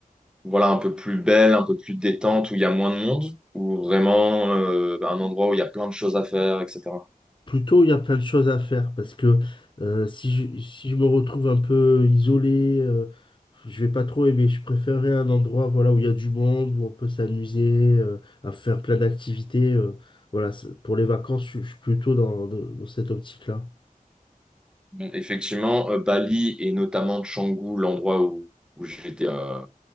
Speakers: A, in the centre; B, on the left (about 35°).
A: voilà, un peu plus belles, un peu plus détentes, où il y a moins de monde, ou vraiment euh, un endroit où il y a plein de choses à faire, etc.
B: Plutôt, il y a plein de choses à faire parce que euh, si je, si je me retrouve un peu isolé, euh, je vais pas trop aimer. Je préférerais un endroit voilà, où il y a du monde, où on peut s'amuser, euh, à faire plein d'activités. euh, voilà, c'est- pour les vacances, je, je suis plutôt dans, dans- dans cette optique-là.
A: Effectivement, euh, Bali et notamment Canggu, l'endroit où, où j'étais euh,